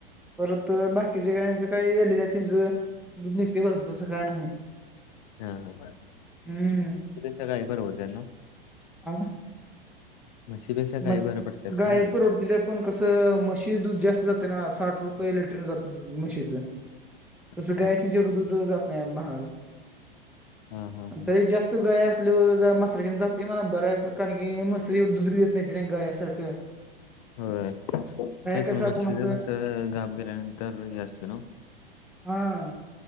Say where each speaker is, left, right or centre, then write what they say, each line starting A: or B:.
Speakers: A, in the centre; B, on the left.
A: परत बाकीचे गायीच काय आलेलेत. तिज दुध निघतय भरपूर तसं काय नाही.
B: हा-हा
A: हम्म
B: <unintelligible> परवडत्या ना.
A: <unintelligible>
B: म्हशीपेक्षा गाय
A: मशी,
B: बरं पडतात
A: गाय
B: का म्हणलं
A: परवडत्या त्यात. पण कसं, म्हशी दूध जास्त जाते ना, साठ रुपये लिटरने जातं दूध, मशीचं. तसं
B: अच्छा
A: गांयाचं
B: अच्छा.
A: जवढं दूध जात नाही, महाग.
B: हा हा
A: अन
B: हा
A: तरी जास्त गाया आपली <unintelligible> मसारा घेऊन जाते म्हणा, बर य प कारण की, मसरी एवडी दुध देती नाई, गाया सारखं.
B: होय, तेच
A: कसं
B: म्हशीच
A: आपण असं
B: कसं, गाप गेल्यानंतर, हे असते ना?
A: हां.